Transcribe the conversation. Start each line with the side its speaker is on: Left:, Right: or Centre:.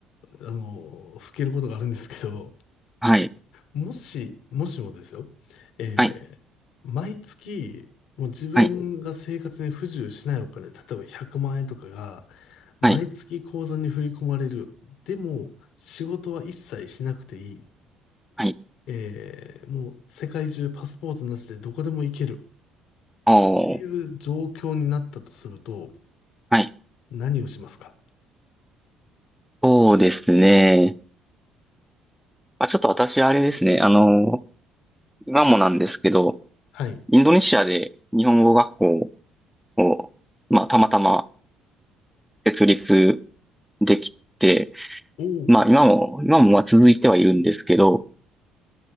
Left: あの、ふけることがあるんですけど、
Centre: はい、
Left: もし、もしもですよ、えー毎月、
Centre: はい、
Left: もう自分が生活に不自由しないお金、
Centre: はい、
Left: 例えば100万円とかが、毎月口座に振り込まれる。
Centre: はい、
Left: でも、仕事は一切しなくていい。
Centre: はい、
Left: えー、もう世界中パスポートなしでどこでも行ける
Centre: おー、
Left: っていう状況になったとすると、
Centre: はい、
Left: 何をしますか
Centre: そうですね。まあ、ちょっと私、あれですね、あの、今もなんですけど、
Left: はい。
Centre: インドネシアで日本語学校を、まあ、たまたま設立できて、
Left: おお、
Centre: まあ、今も、今もまあ続いてはいるんですけど、